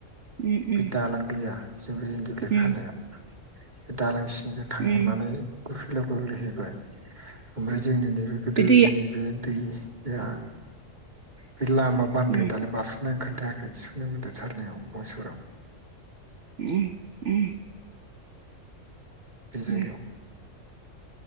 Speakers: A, on the right; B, on the right.
A: उम उम
B: बे दालां गैया जों बै इन्दि बिलाइ
A: उम
B: खानाया। बे दालांसिं। जों थांनानै।
A: उम
B: गोलैहैबाय ओमफ्राय। जोंनिनो। गोदोनि
A: बे दैया
B: बे दै। <unintelligible> बे लामा बान्दो
A: उम
B: दालाय बारस'नाय ओंखारदों। थायाखै सुनाय म्देरथारनायाव बंसुराव।
A: उम उम।
B: बि जायगायाव।
A: उम